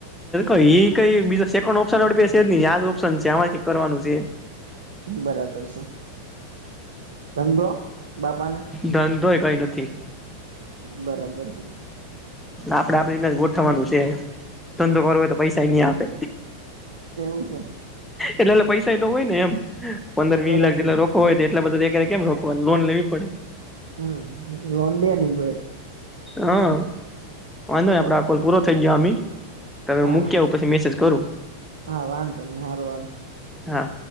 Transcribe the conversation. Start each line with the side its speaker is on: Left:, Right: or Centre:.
Centre: એઈ કઈ બીજ સેકન્ડ ઓપ્શન આપણા પાસે છે આમાં શું કરવાનું છે,
Right: બરાબર છે. ધંધો બાપા ને,
Centre: ધંધોય કઈ નથી.
Right: બરાબર છે.
Centre: આપડે આપણે જ ગોઠવવાનું છે ધંધો કરવો હોય તો પૈસા નહી આપે.
Right: એવું છે.
Centre: એટલે પૈસા એ ન હોય ને એમ પંદર
Right: બરાબર
Centre: વીસ લાખ જેટલા
Right: છે
Centre: રોકડ હોય. એટલા બધા અત્યારે કમાવાનું લોન લેવી પડે.
Right: હમ લોન પોસાય,
Centre: હા વાંધો
Right: બરાબર
Centre: નથી આપણે આ કોલ
Right: છે
Centre: પૂરો થઈ ગયો તમે
Right: હા
Centre: મૂકી આવ પછી મેસેજ, કરું.
Right: હા વાધો નહીં ચાલ.
Centre: હા.